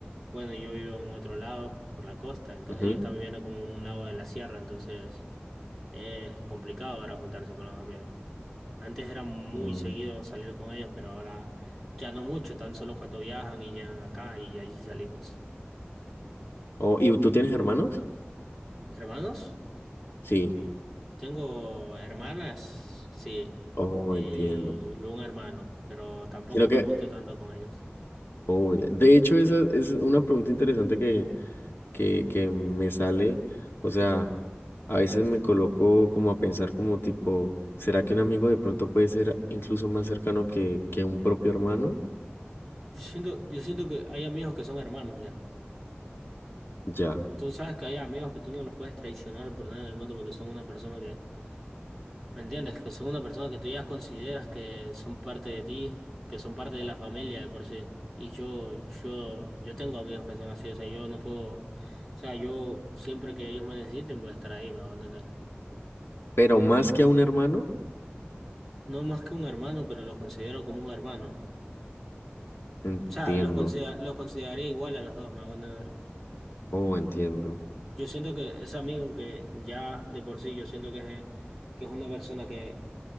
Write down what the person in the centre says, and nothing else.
Bueno, yo vivo en otro lado, por la costa, entonces
ellos están viviendo como en un lado de la sierra, entonces es complicado ahora juntarse con los amigos. Antes era muy
seguido salir con ellos, pero ahora ya no mucho, tan solo cuando viajan y llegan acá y ahí sí salimos.
¿Hermanos?
Tengo hermanas, sí,
y
un hermano, pero tampoco
me
junto tanto con ellos.
Yo siento, yo siento que hay amigos que son hermanos ya.
Tú sabes que hay amigos que tú no los puedes traicionar por nada en el mundo porque son una persona que, ¿me entiendes? Que son una persona que tú ya consideras que son parte de ti, que son parte de la familia de por sí. Y yo, yo, yo tengo amigos que son así, o sea, yo no puedo, o sea, yo siempre que ellos me necesiten voy a estar ahí, me voy a entender.
No más que un hermano, pero los considero como un hermano.
O sea, los considera- los consideraría igual a los dos, me hago entender.
Yo siento que ese amigo que ya de por sí yo siento que es, que es una persona que,